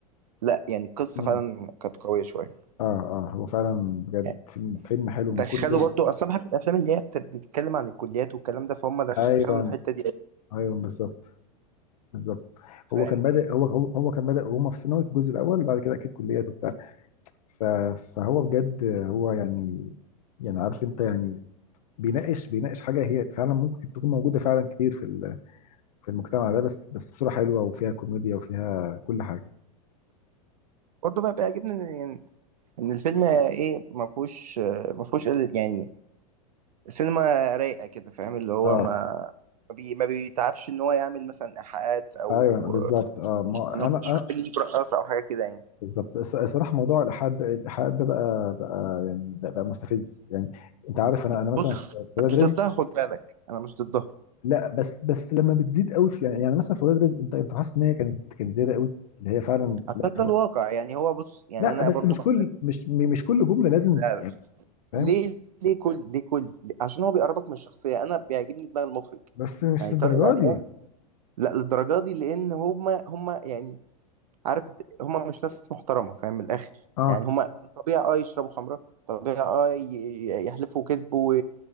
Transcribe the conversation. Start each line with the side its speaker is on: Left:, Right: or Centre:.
Right: لا يعني القصه
Left: امم
Right: فعلا كانت قويه شويه
Left: اه اه هو فعلا بجد
Right: يعني
Left: فيلم فيلم حلو
Right: دخلوا
Left: من كل ال-
Right: برضو اصلا بحب الافلام اللي هي بت- بتتكلم عن الكليات والكلام ده فهم دخلوا
Left: ايوه
Right: الحته دي
Left: ايوه بالظبط بالظبط هو
Right: فاهم
Left: كان بادئ هو هو هو كان بادئ وهما في ثانوي في الجزء الاول وبعد كده اكيد كليات وبتاع ف- فهو بجد هو يعني يعني عارف انت يعني بيناقش بيناقش حاجة هي فعلا ممكن تكون موجودة فعلا كتير في ال في المجتمع ده بس بس بصورة حلوة وفيها كوميديا وفيها كل حاجة
Right: برضه بقى بيعجبني ان الفيلم ايه ما فيهوش ما فيهوش قلة- يعني سينما رايقه كده فاهم اللي هو
Left: اه
Right: ما ما بي ما بيتعبش ان هو يعمل مثلا ايحاءات او
Left: ايوه بالظبط اه ما
Right: ان هو
Left: انا
Right: مش
Left: انا
Right: محتاج يجيب رقاصه او حاجه كده يعني
Left: بالظبط الص- الصراحه موضوع الالحاد الالحاد ده بقى بقى يعني بقى, بقى مستفز يعني انت عارف انا انا مثلا
Right: بص
Left: في
Right: أنا
Left: في ولاد
Right: مش
Left: رزق
Right: ضدها خد بالك انا مش ضدها
Left: لا بس بس لما بتزيد قوي في يعني يعني مثلا في ولاد رزق انت انت حاسس ان هي كانت كانت زياده قوي اللي هي فعلا
Right: عشان
Left: لا
Right: ده
Left: هو
Right: الواقع يعني هو بص يعني
Left: لا
Right: انا
Left: بس
Right: برضو
Left: مش
Right: بحتاج
Left: كل مش مش كل جمله لازم
Right: لا
Left: ت-
Right: لا
Left: يعني فاهم
Right: ليه ليه كل ليه كل عشان هو بيقربك من الشخصيه انا بيعجبني دماغ المخرج
Left: بس مش
Right: يعني
Left: الدرجه
Right: طارق العريان
Left: دي
Right: لا للدرجه دي لان هما هما يعني عارف د- هما مش ناس محترمة فاهم من الآخر
Left: اه
Right: يعني هما طبيعي اه يشربوا خمرة طبيعي اه ي- يحلفوا كذب و...